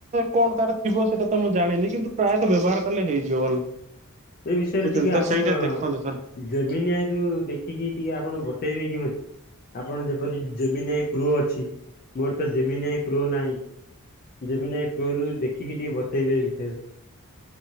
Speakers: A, on the right; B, on the left.
A: କଣ ତାର ଥିବ ସେଇଟା ତ ମୁଁ ଜାଣିନି କିନ୍ତୁ ପ୍ରାୟତଃ ବ୍ୟବହାର କଲେ ହେଇଯିବ ଭଲ।
B: ଏ ବିଷୟରେ
A: ବୁଝଛନ୍ତି
B: ଟିକେ ଆପଣ
A: ତ ସେଇଟା ଦେଖନ୍ତୁ ଥରେ
B: ଜେମିିନିଆଇ ରୁ ଦେଖିକି ଟିକେ ଆପଣ ବତେଇବେ କି ମତେ? ଆପଣ ଯେପରି ଜେମିିନିଆଇ ପ୍ରୋ ଅଛି ମୋର ତ ଜେମିନିଆଇ ପ୍ରୋ ନାହିଁ। ଯେମିନି ଆଈ ପ୍ରୋ ରୁ ଦେଖିକି ଟିକେ ବତେଇବେ ଏ ବିଷୟରେ।